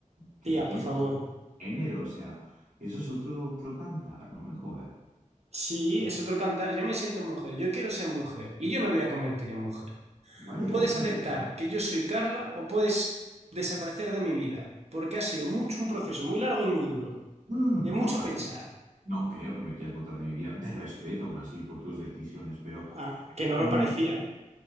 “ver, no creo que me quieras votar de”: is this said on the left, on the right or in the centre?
Right